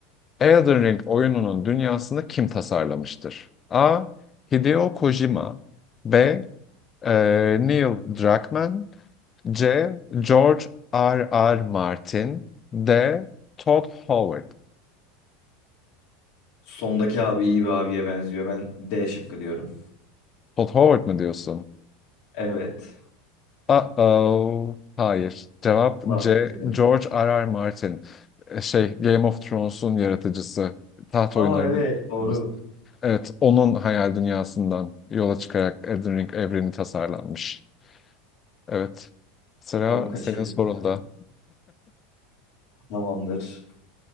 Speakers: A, on the left; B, on the left.
A: Elden Ring oyununun dünyasını kim tasarlamıştır? A. Hideo Kojima B. Ee, Neil Druckmann, C. George R. R. Martin, D. Todd Howard.
B: Sondaki abi iyi bir abiye benziyor. Ben D şıkkı diyorum.
A: Todd Howard mı diyorsun?
B: Evet.
A: Uh-oh. Hayır. Cevap
B: Allah.
A: C.
B: bilemedik.
A: George R. R. Martin. Ee, Şey, Game of Thrones'un yaratıcısı. Taht
B: Aa
A: oyunlarının
B: evet doğru.
A: yaratıcısı. Evet, onun hayal dünyasından yola çıkarak Elden Ring evreni tasarlanmış. Evet. Sıra
B: Onu kaçırdık
A: senin sorunda.
B: ya. Tamamdır.